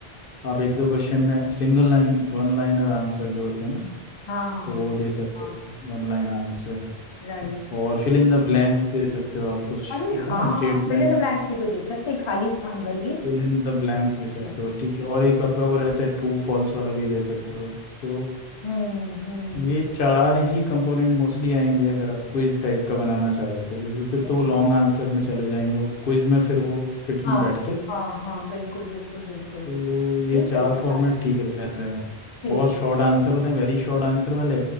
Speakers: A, on the left; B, on the left.
A: आप एक दो क्वेश्चन में single line one liner answer जो होते हैं ना
B: हाँ
A: तो वो दे सकते
B: हाँ
A: हैं वन लाइन आंसर
B: राइट
A: और फिल इन द ब्लैंक्स दे सकते हो आप कुछ
B: अरे
A: होता
B: हाँ
A: है ना statement
B: फिल इन द ब्लैंक्स भी तो दे सकते हैं खाली स्थान भरिए
A: fill in the blanks दे सकते
B: Yes।
A: हो ठीक है और एक आपका वो रहता है ट्रू फॉल्स वाला भी दे सकते हो तो
B: हम्म हम्म
A: ये चार ही कंपोनेंट मोस्टली आएंगे अगर आप क्विज टाइप का बनाना चाह रहे हो तो क्योंकि फिर तो
B: हम्म
A: लॉन्ग आंसर में चले जाएंगे वो क्विज में फिर वो फिट नहीं
B: हाँ
A: बैठते
B: हाँ हाँ बिल्कुल बिल्कुल बिल्कुल
A: तो ये
B: ये
A: चार
B: सही बताया
A: फॉर्मेट ठीक रहता है
B: ठीक
A: बहुत शॉर्ट आंसर होते हैं वेरी शॉर्ट आंसर वाले